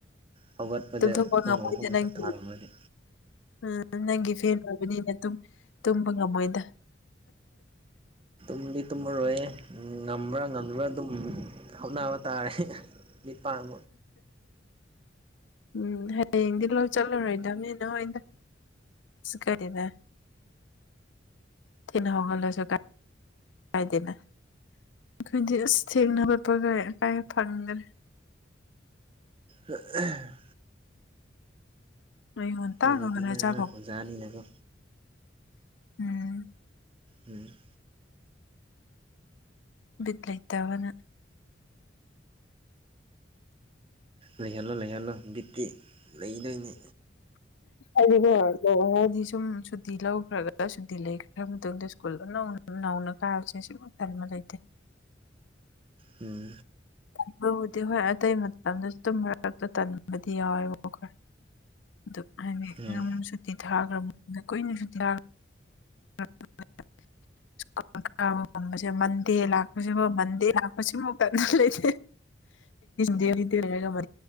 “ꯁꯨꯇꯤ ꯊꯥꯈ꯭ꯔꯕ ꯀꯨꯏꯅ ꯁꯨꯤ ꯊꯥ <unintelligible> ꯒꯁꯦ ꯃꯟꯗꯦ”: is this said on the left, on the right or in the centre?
Left